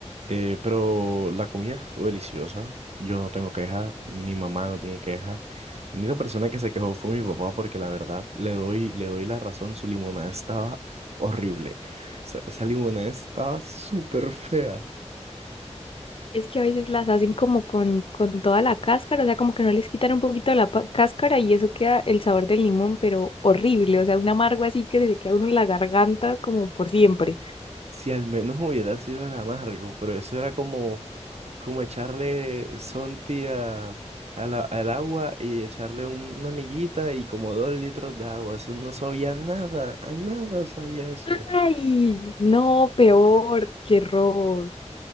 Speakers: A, on the right; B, on the left.
A: Eh, pero la comida estuvo deliciosa. Yo no tengo queja, mi mamá no tiene queja. La única persona que se quejó fue mi papá porque la verdad le doy, le doy la razón, su limonada estaba horrible. Esa, esa limonada estaba súper fea.
B: Es que a veces las hacen como con, con toda la cáscara, o sea, como que no les quitan un poquito la pa- cáscara y eso queda el sabor del limón, pero horrible, o sea, un amargo así que se le queda a uno en la garganta como por siempre.
A: Si al menos hubiera sido el amargo, pero eso era como, como echarle Sonti a, a la- al agua y echarle un- una miguita y como dos litros de agua. Eso no sabía nada, a nada sabía eso.
B: Ay, no, peor, qué horror.